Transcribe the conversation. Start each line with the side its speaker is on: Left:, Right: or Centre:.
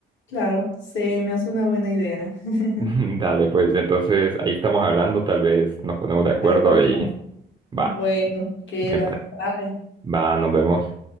Left: claro, se me hace una buena idea. <laughs>
Right: <laughs> Dale, pues entonces ahí estamos hablando, tal vez nos ponemos de acuerdo
Left: Ahí coordinamos.
Right: y
Left: Bueno,
Right: va,
Left: queda.
Right: me pa-
Left: Bye.
Right: va, nos vemos.